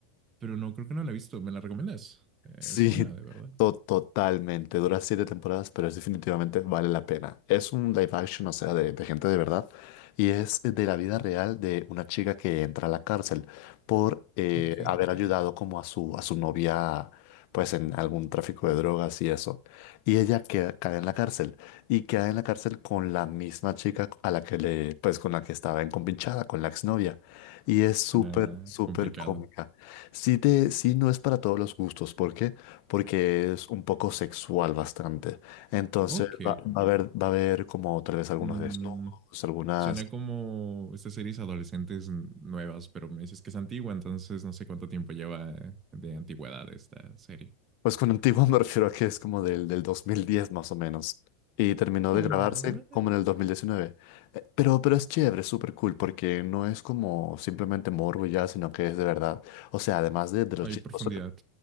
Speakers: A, on the right; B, on the left.
A: Pero no, creo que no la he visto. ¿Me la recomiendas? Eh,
B: Sí,
A: es buena, de verdad.
B: to- totalmente. Dura siete temporadas, pero es definitivamente vale la pena. Es un live action, o sea, de, de gente de verdad. Y es de la vida real de una chica que entra a la cárcel por eh,
A: Ok.
B: haber ayudado como a su, a su novia, pues en algún tráfico de drogas y eso. Y ella queda- cae en la cárcel. Y queda en la cárcel con la misma chica a la que le, pues con la que estaba encompinchada, con la exnovia. Y es súper,
A: Suena
B: súper
A: complicado.
B: cómica. Sí, te, sí, no es para todos los gustos. ¿Por qué? Porque es un poco sexual bastante. Entonces
A: Ok.
B: va, va a haber, va a haber como tal vez algunos
A: Mm,
B: desnudos, algunas...
A: Suena como estas series adolescentes nuevas, pero me dices que es antigua, entonces no sé cuánto tiempo lleva de antigüedad esta serie.
B: Pues con antiguo <laughs> me refiero a que es como del, del 2010 más o menos. Y terminó
A: Ah,
B: de
A: bueno,
B: grabarse como
A: eh,
B: en el 2019. Eh, Pero, pero es chévere, es súper cool, porque no es como simplemente morbo y ya, sino que es de verdad. O sea, además de, de lo
A: hay
B: chistoso
A: profundidad,
B: que-